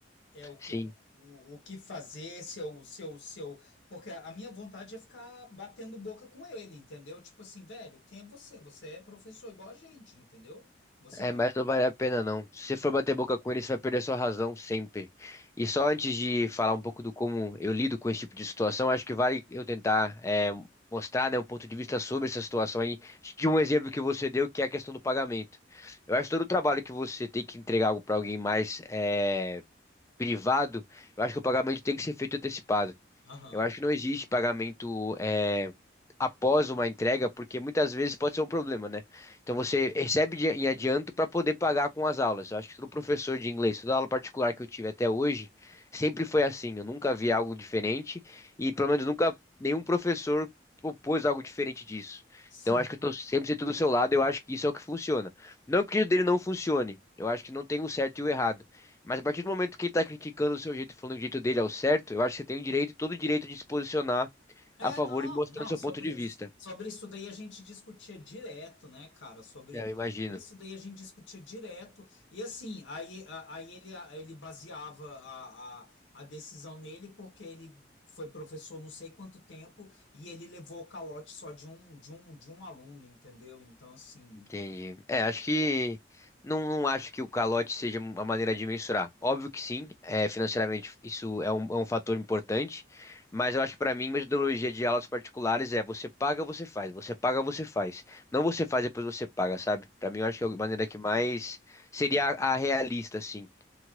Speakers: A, on the left; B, on the left.
A: É o que,
B: sim.
A: o, o, o que fazer, se eu, se eu, se eu. Porque a minha vontade é ficar batendo boca com ele, entendeu? Tipo assim, velho, quem é você? Você é professor igual a gente, entendeu? Você
B: É,
A: não
B: mas
A: é.
B: não vale a pena não. Se você for bater boca com ele, você vai perder sua razão sempre. E só antes de falar um pouco do como eu lido com esse tipo de situação, acho que vale eu tentar é, mostrar, né, um ponto de vista sobre essa situação aí, de um exemplo que você deu, que é a questão do pagamento. Eu acho que todo o trabalho que você tem que entregar algo para alguém mais é, privado, eu acho que o pagamento tem que ser feito antecipado.
A: Aham.
B: Eu acho que não existe pagamento é, após uma entrega, porque muitas vezes pode ser um problema, né? Então você recebe de-
A: Uhum.
B: em adianto para poder pagar com as aulas. Eu acho que todo professor de inglês, toda aula particular que eu tive até hoje, sempre foi assim. Eu nunca vi algo diferente e pelo menos nunca nenhum professor propôs algo diferente disso.
A: Sim.
B: Então acho que eu estou sempre sendo do seu lado. Eu acho que isso é o que funciona. Não que o dele não funcione. Eu acho que não tem um certo e o errado. Mas a partir do momento que ele tá criticando o seu jeito, falando que o jeito dele é o certo, eu acho que você tem o direito, todo o direito de se posicionar
A: É,
B: a favor
A: não,
B: e mostrando
A: não,
B: seu
A: sobre,
B: ponto de vista.
A: sobre isso daí a gente discutia direto, né, cara? Sobre,
B: É, eu imagino.
A: sobre isso daí a gente discutia direto. E assim, aí, a- aí ele, ele baseava a, a, a decisão nele, porque ele foi professor não sei quanto tempo e ele levou o calote só de um, de um, de um aluno, entendeu? Então, assim.
B: Entendi. É, acho que não, não acho que o calote seja uma maneira de mensurar. Óbvio que sim, é, financeiramente isso é um, é um fator importante, mas eu acho que para mim, metodologia de aulas particulares é você paga, você faz, você paga, você faz. Não você faz, depois você paga, sabe? Para mim, eu acho que é a maneira que mais seria a, a realista, assim.